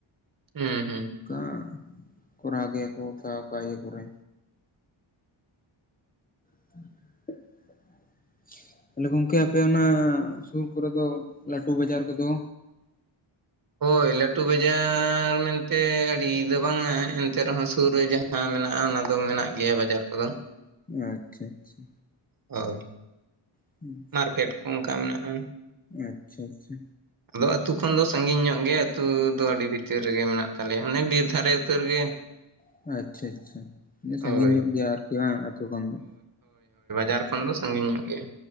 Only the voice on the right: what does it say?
ᱦᱩᱸ ᱦᱩᱸ
ᱦᱳᱭ ᱞᱟᱹᱴᱩ ᱵᱟᱡᱟᱨ ᱢᱮᱱᱛᱮ ᱟᱹᱰᱤ ᱫᱚ ᱵᱟᱝᱟ ᱮᱱᱛᱮ ᱨᱮᱦᱚᱸ ᱥᱩᱨ ᱨᱮ ᱡᱟᱦᱟᱸ ᱦᱮᱸ ᱢᱮᱱᱟᱜᱼᱟ ᱚᱱᱟ ᱫᱚ ᱢᱮᱱᱟᱜ ᱜᱮᱭᱟ ᱵᱟᱡᱟᱨ ᱠᱚᱫᱚ
ᱚ
ᱢᱟᱨᱠᱮᱴ ᱠᱚ ᱚᱱᱠᱟ ᱢᱮᱱᱟᱜᱼᱟ
ᱟᱫᱚ ᱟᱹᱛᱩ ᱠᱷᱚᱱ ᱫᱚ ᱥᱟᱺᱜᱤᱧ ᱧᱚᱜ ᱜᱮᱭᱟ ᱟᱹᱛᱩ ᱫᱚ ᱟᱹᱰᱤ ᱵᱷᱤᱛᱤᱨ ᱨᱮᱜᱮ ᱢᱮᱱᱟᱜ ᱛᱟᱞᱮᱭᱟ ᱚᱱᱮ ᱵᱤᱨ ᱫᱷᱟᱨᱮ ᱩᱛᱟᱹᱨ ᱜᱮ
ᱦᱳᱭ
ᱠᱷᱟᱲᱠᱷᱚᱱᱰ ᱫᱚ ᱥᱟᱺᱜᱤᱧ ᱧᱚᱜ ᱜᱮᱭᱟ